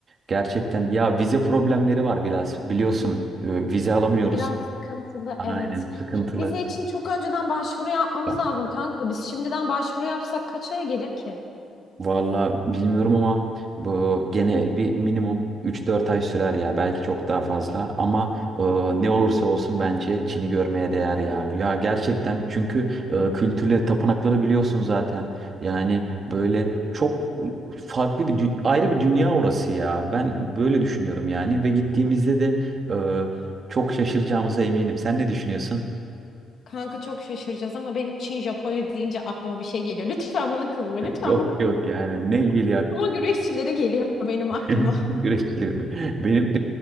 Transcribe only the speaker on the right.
Gerçekten ya vize problemleri var biraz biliyorsun e, vize alamıyoruz.
Aynen
sıkıntılı.
Evet.
Vallahi bilmiyorum ama bu gene bir minimum üç dört ay sürer ya belki çok daha fazla ama e, ne olursa olsun bence Çin'i görmeye değer ya. Ya gerçekten çünkü e, kültürleri tapınakları biliyorsun zaten. Yani böyle çok farklı bir dü- ayrı bir dünya orası ya. Ben böyle düşünüyorum yani ve gittiğimizde de e, çok şaşıracağımıza eminim. Sen ne düşünüyorsun?
Yok
yok yani ne ilgili?
<laughs>
Güreşçileri mi? Benim